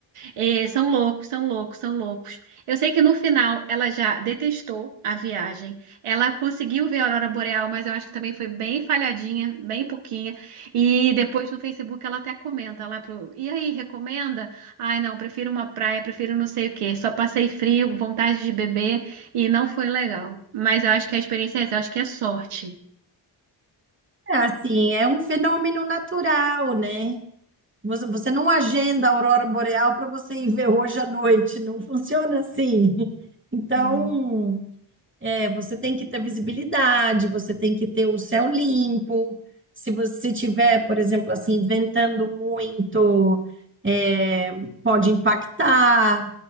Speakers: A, on the right (about 85°); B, on the right (about 25°).
A: É, são loucos, são loucos, são loucos. Eu sei que no final ela já detestou a viagem. Ela conseguiu ver a aurora boreal, mas eu acho que também foi bem falhadinha, bem pouquinha. E depois no Facebook ela até comenta lá pro, e aí, recomenda? Ai, não, prefiro uma praia, prefiro não sei o quê. Só passei frio, vontade de beber e não foi legal. Mas eu acho que a experiência é essa, eu acho que é sorte.
B: é assim, é um fenômeno natural, né? Você você não agenda a aurora boreal para você ir ver hoje à noite, não funciona assim. Então,
A: Sim,
B: é, você tem que ter visibilidade, você tem que ter o céu limpo. Se você tiver, por exemplo, assim, ventando muito, é, pode impactar.